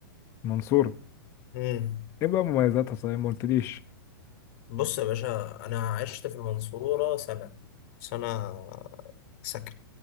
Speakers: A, on the left; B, on the left.
A: منصورة
B: مم.
A: ايه بقى مميزاتها صحيح ما قلتليش
B: بص يا باشا انا عشت في المنصورة سنة سنة سكن